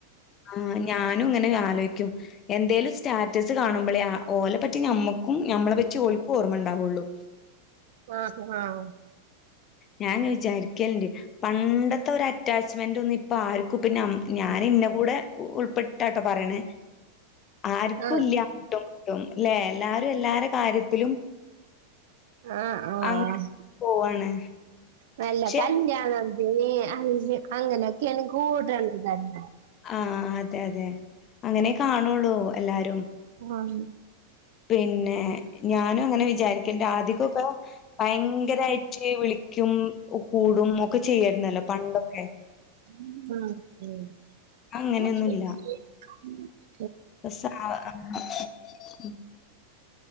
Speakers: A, on the left; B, on the right.
A: ആഹ് ഞാനും ഇങ്ങനെ ആലോചിക്കും എന്തേലും സ്റ്റാറ്റസ് കാണുമ്പോഴേ ഓലെ പറ്റി നമ്മക്കും ഞമ്മളെ പറ്റി ഓൾക്കും ഓർമ്മ ഉണ്ടാവുള്ളു
B: ആഹ് ആഹ്
A: ഞാന് ഇങ്ങനെ വിചാരിക്കലണ്ട് പണ്ടത്തെ ഒരു അറ്റാച്ചുമെന്റ് ഒന്നും ഇപ്പൊ പ്പൊ ആർക്കും ഇപ്പ ഞ ഞാൻ ഇന്ന കൂടെ ഉൾപ്പെട്ടാട്ടെ പറയണ ആർക്കും
B: ആ
A: ഇല്ല അങ്ങോട്ടുംട്ടും അല്ലേ എല്ലാരും എല്ലാരു കാര്യത്തിലും
B: ആഹ് ആഹ്
A: അങ്ങനെ
B: ആഹ്
A: പോവാണ്.
B: വല്ല
A: പക്ഷെ
B: കല്യാണം ഏഹ് അഹ് അങ്ങനൊക്കെയനി കൂടുള്ളതന്ന <unintelligible>
A: ആഹ് അതെ അതെ അങ്ങനെ കാണുള്ളൂ എല്ലാരും.
B: ആഹ്
A: പിന്നെ ഏഹ് ഞാനും അങ്ങനെ വിചാരിക്കണ്ട് ആദ്യകമൊക്കെ ഭയങ്കരമായിട്ട് വിളിക്കും കൂടും ഒക്കെ ചെയ്യായിരുന്നല്ലോ പണ്ടൊക്കെ
B: <unintelligible>
A: അങ്ങനെയൊന്നുല്ല <unintelligible>